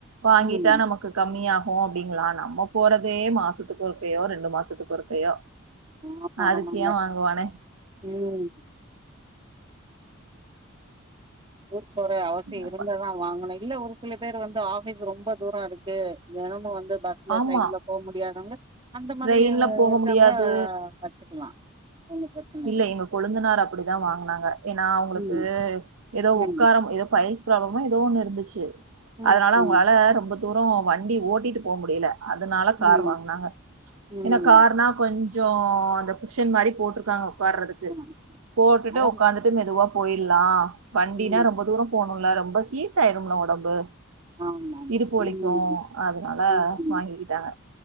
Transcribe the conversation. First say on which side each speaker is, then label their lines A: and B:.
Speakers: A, on the right; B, on the right.
A: வாங்கிட்டா
B: ம்
A: நமக்கு கம்மியாகு அப்டிங்ளா நம்ம போறதே மாசத்துக்கு ஒருக்கையோ ரெண்டு மாசத்துக்கு ஒருக்கையோ
B: ஆமா
A: அதுக்கு
B: ஆமாங்க
A: ஏ வாங்குவானே
B: ம் ஊருக் போற அவசிய
A: அப்ப-
B: இருந்தாதா வாங்கனு இல்ல ஒரு சில பேர் வந்து ஆஃபிஸ் ரொம்ப தூர இருக்கு தெனமு வந்து பஸ் ல
A: ஆமா
B: ட்ரெயின்ல போக முடியாதவங்க அந்த மாதிரி
A: ட்ரெயின்ல போக
B: இருக்கவங்க
A: முடியாது
B: வச்சுக்கலா ஒன்னு பிரச்சன
A: இல்ல எங்க கொழுந்தனார் அப்படிதா வாங்குனாங்க ஏன்னா அவங்களுக்கு
B: ம்
A: ஏதோ
B: ம்
A: உக்கார ஏதோ பைல்ஸ் ப்ராப்ளமோ ஏதோ ஒண்ணு இருந்துச்சு
B: ம்
A: அதனால அவங்களால
B: ம்
A: ரொம்ப தூர வண்டி ஓட்டிட்டு போக முடில அதனால கார்
B: ம்
A: வாங்னாங்க
B: ம்
A: ஏன்னா கார்னா கொஞ் சோ அந்த குஷன் மாரி போட்ருக்காங்க உக்கார்றதுக்கு
B: ஆமா
A: போட்டுட்டு
B: அவங்
A: உக்காந்து மெதுவா போயில்லா வண்டினா
B: ம்
A: ரொம்ப தூர போகனுல்ல ரொம்ப ஹீட் ஆயிரும்ல ஒடம்பு
B: ஆமா ஆமா
A: இடுப்பு வலிக்கு
B: ம்
A: அதனால
B: ம்
A: வாங்கிக்கிட்டாங்க